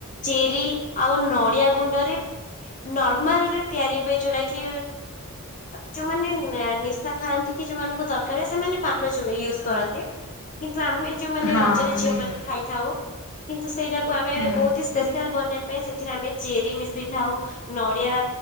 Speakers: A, on the left; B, on the left.
A: ଚେରି ଆଉ ନଡ଼ିଆ ଗୁଣ୍ଡରେ ନର୍ମାଲରେ ତିଆରି ହୁଏ ଯଉଟା କି ଯୋଉମାନେ ନିଶା ଖାଆନ୍ତି କି ଯୋଉମାନଙ୍କୁ ଦରକାରୁ ସେମାନେ ପାନ ଚୁବେ ୟୁଜ କରନ୍ତି। ଆମେ ଯୋଉମାନେ
B: ହଁ
A: ର ଝିଅମାନେ
B: ନିହାତି
A: ଖାଇଥାଉ। କିନ୍ତୁ ସେଇ ଟା କୁ ଆମେ
B: ହୁଁ
A: ବହୁତି ହି ସ୍ପେଶାଲ ବନେଇବା ପାଇଁ ସେ ସେଥିରେ ଆମେ ଚେ ରି ମିଶେଇଥାଉ ନଡିଆ